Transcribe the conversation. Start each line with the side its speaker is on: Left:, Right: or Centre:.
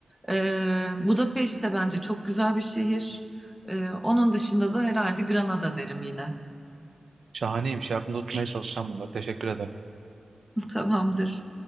Centre: Ee, Budapeşte de bence çok güzel bir şehir. Ee, onun dışında da herhalde Granada derim yine.
Right: Şahaneymiş. Aklımda tutmaya çalışacağım bunları. Teşekkür ederim.
Centre: <laughs> Tamamdır.